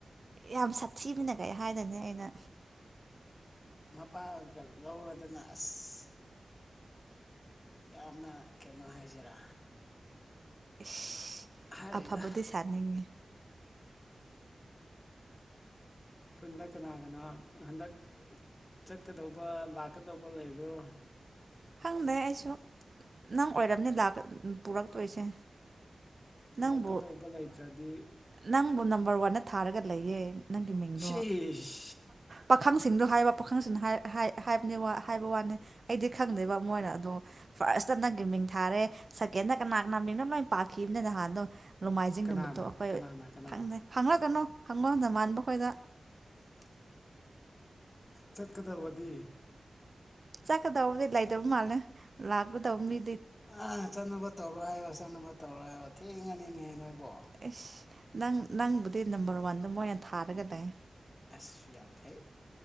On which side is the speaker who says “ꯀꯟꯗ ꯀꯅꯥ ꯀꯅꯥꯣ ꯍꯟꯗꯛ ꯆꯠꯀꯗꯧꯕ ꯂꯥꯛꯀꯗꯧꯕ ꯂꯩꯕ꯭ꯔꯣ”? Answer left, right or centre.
Left